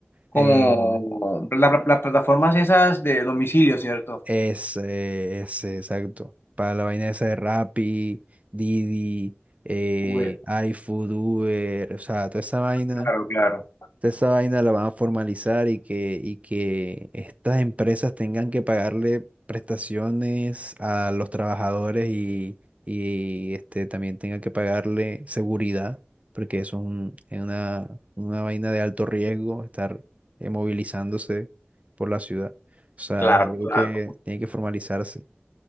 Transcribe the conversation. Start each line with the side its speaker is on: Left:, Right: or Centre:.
Left: Como
Right: en
Left: la- la- las plataformas esas de domicilio, ¿cierto?
Right: ese, ese, exacto. Para la vaina esa de Rappi, Didi, eh,
Left: Uber.
Right: iFood, Uber, o sea, toda esa vaina
Left: Claro, claro.
Right: Entonces, esa vaina la van a formalizar y que, y que estas empresas tengan que pagarle prestaciones a los trabajadores y, y, este, también tengan que pagarle seguridad, porque eso es un- es una, una vaina de alto riesgo, estar eh, movilizándose por la ciudad. O sea,
Left: Claro,
Right: es algo
Left: claro.
Right: que tiene que formalizarse.